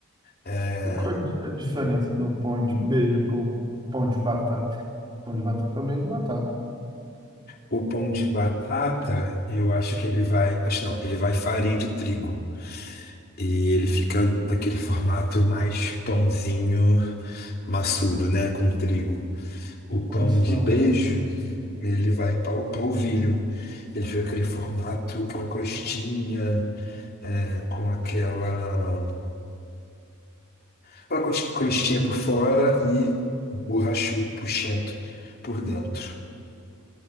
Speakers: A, on the left (about 45°); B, on the right (about 20°).
A: É,
B: Qual a diferença do pão de beijo pro pão de batata? Pão de batata também é de batata.
A: o pão de batata, eu acho que ele vai. Acho não, ele vai farinha de trigo. E ele fica naquele formato mais pãozinho maçudo, né? Com trigo. O pão
B: Condição.
A: de beijo, ele vai para o polvilho. Ele fica aquele formato, aquela crostinha, é, com aquela, aquela cros- crostinha por fora e borrachudo, puxento por dentro.